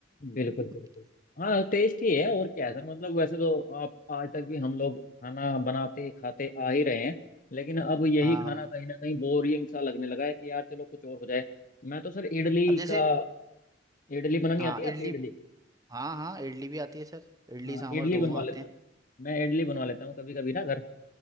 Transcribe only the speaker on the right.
<laughs>
हाँ
अब जैसे
हाँ
इडली
हाँ हाँ इडली भी आती है सर इडली
सांभर
दोनों
आते
हैं